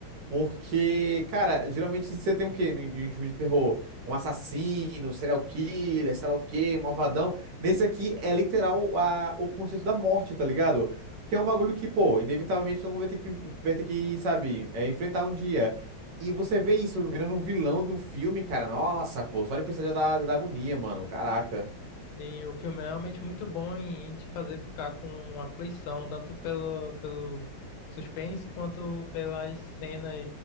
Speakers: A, on the right; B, on the left.
A: porque, cara, geralmente você tem o quê no- em filme de terror? Um assassino, serial killer, sei lá o quê, um malvadão. Nesse aqui é literal a, o conceito da morte, tá ligado? Que é um bagulho que, pô, inevitavelmente todo mundo vai ter que, vai ter que, sabe, é, enfrentar um dia. E você vê isso virando um vilão do filme, cara. Nossa, pô, só de pensar já dá, dá agonia, mano. Caraca.
B: Sim, o filme é realmente muito bom em, em te fazer ficar com aflição, tanto pelo, pelo suspense quanto pelas cenas